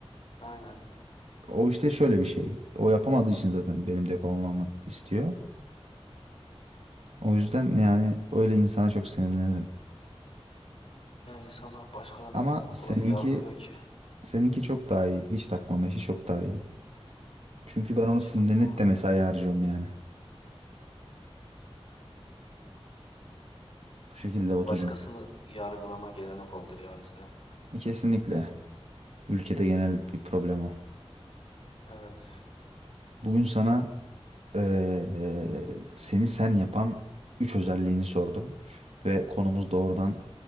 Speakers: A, on the left (about 65°); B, on the right (about 80°).
A: Aynen.
B: O işte şöyle bir şey. O yapamadığı için zaten benim de yapamamamı istiyor. O yüzden yani öyle insana çok sinirlenirim.
A: Ya insanlar başkalarını
B: Ama
A: o kadar
B: seninki
A: kolay yargılıyor ki.
B: seninki çok daha iyi. Hiç takmama işi çok daha iyi. Çünkü ben ona
A: Hiç
B: sinirlenip
A: takmam
B: de
A: abi.
B: mesai harcıyorum yani. Bu şekilde Batucuğum.
A: Başkasını yargılama gelenek oldu ya bizde.
B: E, Kesinlikle. Ülkede genel bir problem o.
A: Evet,
B: Bugün sana eee, seni sen yapan üç özelliğini sordum ve konumuz doğrudan